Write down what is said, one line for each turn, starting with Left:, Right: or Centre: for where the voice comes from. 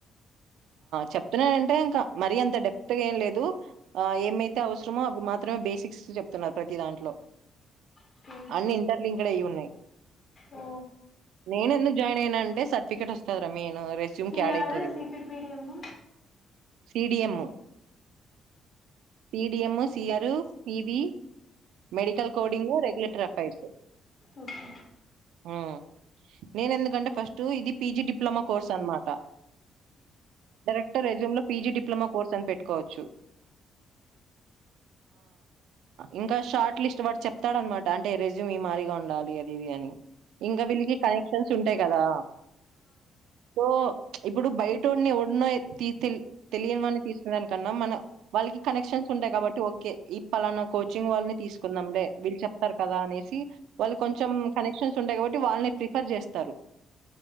Right: చెప్తున్నాడుంటే ఇంకా మరీ అంత డెప్త్గా ఏం లేదు ఏమైతే అవసరమో అవి మాత్రమే బేసిక్స్ చెప్తున్నారు ప్రతి దాంట్లో
Left: ఓకే
Right: అన్ని ఇంటర్ లింక్డ్ అయి ఉన్నాయి
Left: ఓ
Right: నేను ఎందుకు జాయిన్ అయినా అంటే సర్టిఫికెట్ వస్తుంది రా మెయిన్ రెస్యూమ్
Left: సిఆర్
Right: కి యాడ్ అవుతుంది ఇది
Left: CP PDM
Right: CDM CDM CR PB medical coding రెగ క్లట్రా ఫైల్స్
Left: ఓకే
Right: హ్మ్ నేను ఎందుకంటే ఫస్ట్ ఇది పిజీ డిప్లొమా కోర్స్ అనమాట డైరెక్టర్ ఎూమ్ లో పిజీ డిప్లొమా కోర్స్ అని పెట్టుకోవచ్చు ఇంకా షార్ట్ లిస్ట్ వా చెప్తాడనమాట అంటే రెజూమ్ ఈ మరిగా ఉండాలి అది ఇది అని ఇంకా వీళ్ళకి కనెక్షన్స్ ఉంటాయి కదా సో ఇప్పుడు బయట వాడిని ఎవడినో తెలియని వాని తీసుకునే దానికన్నా మన వాళ్ళకి కనెక్షన్స్ ఉంటాయి కాబట్టి ఓకే ఈ పలానా కోచింగ్ వాళ్ళని తీసుకున్నాంలే వీళ్ళు చె కదా అనేసి వాళ్ళు కొంచెం కనెక్షన్స్ ఉంటాయి కాబట్టి వాళ్ళని ప్రిఫర్ చేస్తారు